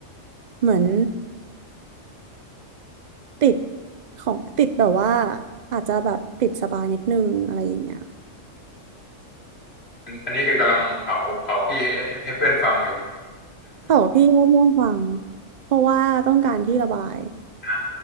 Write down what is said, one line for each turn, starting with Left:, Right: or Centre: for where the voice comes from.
Right: เหมือน ติดของติดแบบว่าอาจจะแบบติดสบายนิดนึงอะไรอย่างเงี้ย
Left: อันนี้คือกำลังเผาเผาพี่ให้ให้ให้เพื่อนฟังอยู่
Right: แต่ว่าพี่ก็ง่วงฟังเพราะว่าต้องการที่ระบาย
Left: อ่า